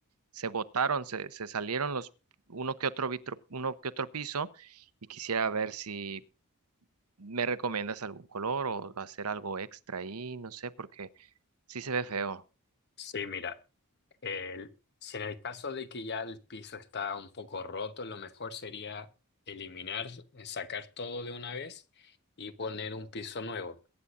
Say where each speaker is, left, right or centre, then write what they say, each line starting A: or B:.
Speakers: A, on the right; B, on the left.
A: se botaron, se, se salieron los uno que otro vitro, uno que otro piso y quisiera ver si me recomiendas algún color o hacer algo extra ahí, no sé, porque sí se ve feo.
B: Sí, mira, el- si en el caso de que ya el piso está un poco roto, lo mejor sería eliminar, eh, sacar todo de una vez y poner un piso nuevo.